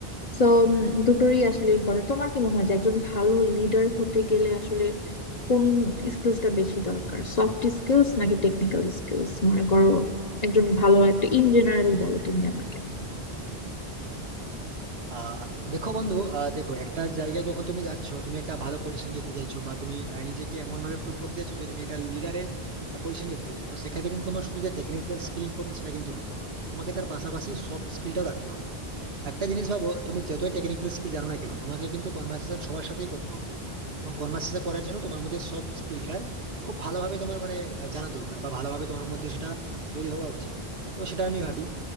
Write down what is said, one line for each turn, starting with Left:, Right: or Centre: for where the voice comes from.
Left: তো দুটোরই আসলে ইম্পর্টেন্ট তোমার কি মনে হয় যে একজন ভালো লিডার হতে গেলে আসলে কোন স্কিলসটা বেশি দরকার সফট স্কিলস নাকি টেকনিক্যাল স্কিলস মনে করো একজন ভালো একটা ইন জেনারেল বলো তুমি আমাকে
Right: আহ দেখো বন্ধু আহ দেখো একটা জায়গায় যখন তুমি যাচ্ছ তুমি একটা ভালো পজিশন যেতে চাইছো বা তুমি আহ, নিজেকে এমন ভাবে প্রুভ করতে চাইছো যে তুমি একটা লিডারের পজিশন যেতে চাইছো তো সেক্ষেত্রে কিন্তু তোমার শুধু যে টেকনিক্যাল স্কিল ইম্পর্টেন্ট সেটা কিন্তু নয় তোমাকে তার পাশাপাশি সফট স্কিলটাও রাখতে হবে একটা জিনিস ভাবো তুমি যতই টেকনিক্যাল স্কিল জানো না কেন তোমাকে কিন্তু কনভার্সেশন সবার সাথেই করতে হবে এবং কনভার্সেশন করার জন্য তোমার মধ্যে সব স্কিলটা খুব ভালোভাবে তোমার মানে আহ, জানা দরকার বা ভালোভাবে তোমার মধ্যে সেটা তৈরি হওয়া উচিত তো সেটা আমি ভাবি